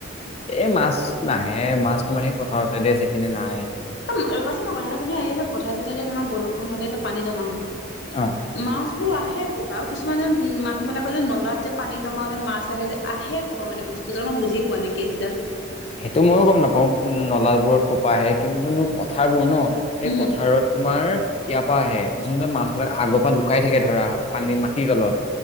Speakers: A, on the left; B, on the left.
A: এ মাছ নাহে মাছ তোমাৰ সেই পথাৰৰ চাইডে আছে এইপিনে নাই।
B: <unintelligible> ৰবা চোন মই কথাটো শুধু এই যে পঠাৰে-চঠাৰে যে তোমাৰ বৰষুণ হ'লে যে পানী জমা হয়
A: অ।
B: মাছবোৰ আহে কৰ পৰা? আৰু কিছুমান যে মানুহবিলাকে যে নলাত যে পানী জমা হ'লে মাছ আহে যে আহে কৰপৰা মানে বস্তুটো মই বুজি পোৱা নাই কেছডাল।
A: সেইটো ময়ো গম নাপাওঁ নলাবোৰত কোৰপা আহে। কিন্তু যোনটো পথাৰবোৰ ন সেই
B: উম
A: পথাৰত তোমাৰ ইয়াৰ পৰা আহে যোন যোন মাছ বিলাক আগৰ পৰা লুকাই থাকে ধৰা পানী মাটিৰ তলত